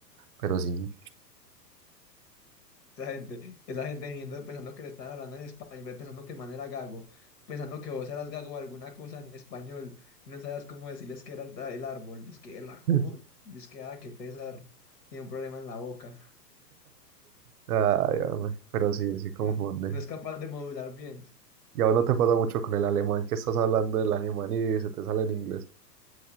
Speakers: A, on the right; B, on the left.
A: pero sí.
B: Esa gente, esa gente viniendo pensando que le estaban hablando en español, pensando que el man era gago, pensando que vos eras gago o alguna cosa en español, y no sabías cómo decirles que era el, el árbol. Dice que el árbol,
A: <laughs>
B: dice que, ah, qué pesar, tiene un problema en la boca.
A: Ay, hombre, pero sí, sí confunde.
B: No, no es capaz de modular bien.
A: Y ahora no te pasa mucho con el alemán que estás hablando del alemán y se te sale en inglés.